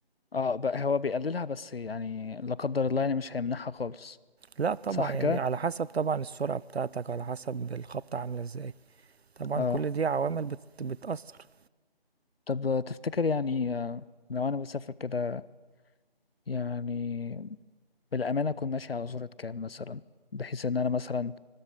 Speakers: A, on the left (about 70°); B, on the right (about 90°).
A: اه بقى هو بيقللها بس يعني لا قدر الله يعني مش هيمنعها خالص
B: لا طبعا
A: صح
B: يعني
A: كده
B: على حسب طبعا السرعة بتاعتك وعلى حسب الخبطة عاملة ازاي طبعا
A: اه
B: كل دي عوامل بت... بتأثر
A: طب تفتكر يعني آه، لو انا بسافر كده يعني بالامانه اكون ماشي على سرعه كام مثلا بحيث ان انا مثلا